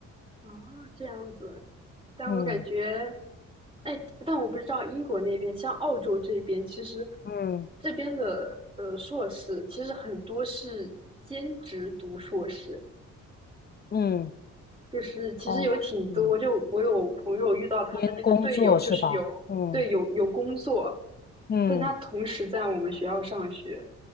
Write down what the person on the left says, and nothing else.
嗯
嗯，
嗯，
哦，嗯，
边工作是吧？
嗯嗯。